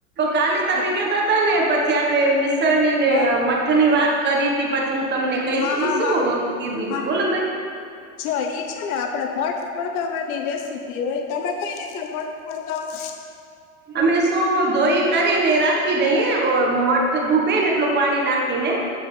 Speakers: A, on the right; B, on the left.
A: કાલે તમે
B: એટલે
A: કેતા તાને પછી આપે મિશ્રણ નીને
B: હ
A: મઠ ની વાત, કરી હતી પછી હું તમને કઈશ
B: હા હા
A: ઈ શું
B: હા
A: કીધું
B: હા
A: બોલો ત,
B: જો ઈ છે ને આપડે મઠ ફણગાવાની રેસીપી, પણ હોય, તમે કઈ રીતે મઠ ફળગાવો,
A: અમે શું ધોઈ કરીને રાખી દઈએ મઠ ડૂબે ને એટલું પાણી નાખીને.